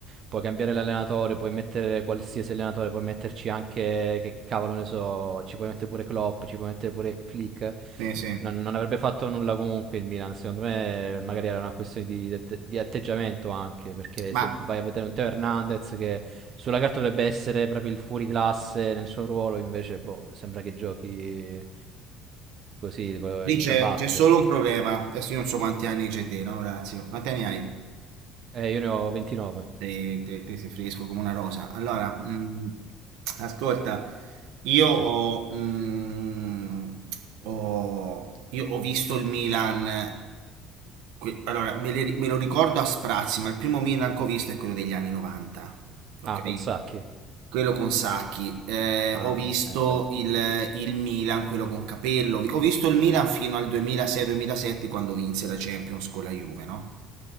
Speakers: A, on the right; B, on the right.
A: puoi cambiare l'allenatore, puoi mettere qualsiasi allenatore, puoi metterci anche, che cavolo ne so, ci puoi mettere pure Klopp, ci puoi mettere pure Flick.
B: Sì, sì.
A: Non, non avrebbe fatto nulla comunque il Milan, secondo me magari era una questione di, di atte- di atteggiamento anche, perché
B: Ma
A: se vai a vedere un Teo Hernandez che sulla carta dovrebbe essere proprio il fuoriclasse nel suo ruolo, invece boh, sembra che giochi così co-
B: lì
A: in
B: c'è
A: ciabatte.
B: c'è solo un problema. Adesso io non so quanti anni c'è te, no, Orazio? Quanti anni hai?
A: Eh, io ne ho 29.
B: Te, te, te sei fresco come una rosa. Allora, mh, ascolta, io ho,
A: Sì.
B: mh, ho- io ho visto il Milan. que- Allora, me, le- me lo ricordo a sprazzi, ma il primo Milan che ho visto è quello degli anni 90, ok?
A: Ah, con Sacchi.
B: Quello con Sacchi. Eh,
A: Ah,
B: ho visto
A: eh beh.
B: il, il Milan, quello con Capello. Ho visto il Milan fino al 2006-2007 quando vinse la Champions con la Juve, no?